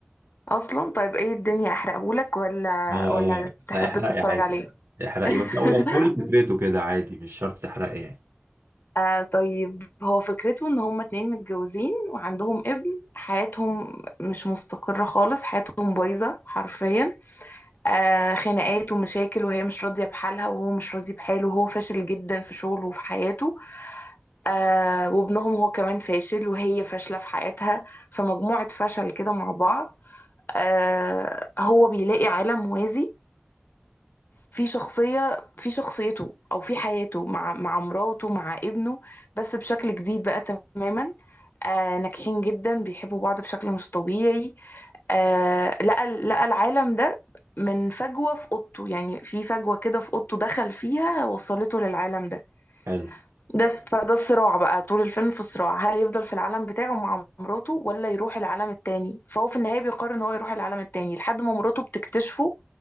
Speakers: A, on the left (about 55°); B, on the right (about 75°).
A: اصلا طيب ايه الدنيا احرقهولك ولا
B: اه
A: ولا
B: اه
A: تحب
B: لا احرقي
A: تتفرج
B: عادي
A: عليه
B: احرقي
A: <laughs>
B: بس او يعني قولي فكرته كده عادي مش شرط تحرقي يعني
A: آه طيب هو فكرته ان هما اتنين متجوزين وعندهم ابن حياتهم مش مستقرة خالص حياتهم بايظة حرفيا آه خناقات ومشاكل وهي مش راضية بحالها وهو مش راضي بحاله وهو فاشل جدا في شغله وفي حياته آه وابنهم هو كمان فاشل وهي فاشلة في حياتها فمجموعة فشل كده مع بعض آه هو بيلاقي عالم موازي في شخصية في شخصيته أو في حياته مع مع مراته مع ابنه بس بشكل جديد بقى تماما آه ناجحين جدا بيحبوا بعض بشكل مش طبيعي آه لقى لقى العالم ده من فجوة في أوضته يعني في فجوة كده في أوضته دخل فيها وصلته للعالم ده
B: حلو
A: ده فده الصراع بقى طول الفيلم في الصراع هل يفضل في العالم بتاعه مع مراته ولا يروح العالم التاني فهو في النهاية بيقرر ان هو يروح العالم التاني لحد ما مراته بتكتشفه